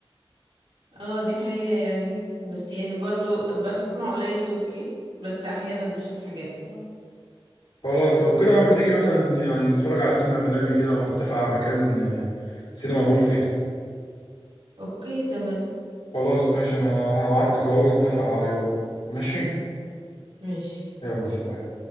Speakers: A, on the right; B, on the left.
A: اه دي حقيقة يعني بس يعني برضو بسمع قليل تركي بس احيانا بشوف حاجات اه
B: خلاص لو كده ما تيجي مثلا يعني نتفرج على فيلم أجنبي كده أو نتفق على مكان آه، سينما نروح فيه
A: اوكي تمام
B: خلاص ماشي أنا هبعتلك أهو نتفق على يوم ماشي
A: ماشي
B: يلا سلام